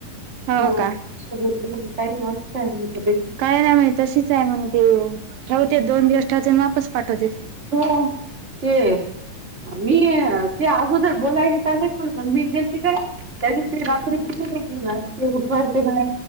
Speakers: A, on the right; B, on the right.
A: हो
B: होताुधी
A: का
B: कात
A: काय नाही म्हणे तशीच आहे मण ते ठेवते. दोन दिवस ठेवते आणि वापस पाठवते.
B: हो ते मी ते अगोदर बोलायला चाले प पण मी गेती काय? त्या दिवशी रात्री किती बटल ना ते उठवायचे म..